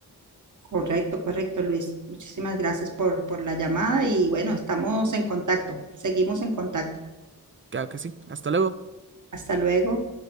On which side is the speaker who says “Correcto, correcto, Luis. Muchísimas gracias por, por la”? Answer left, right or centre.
Right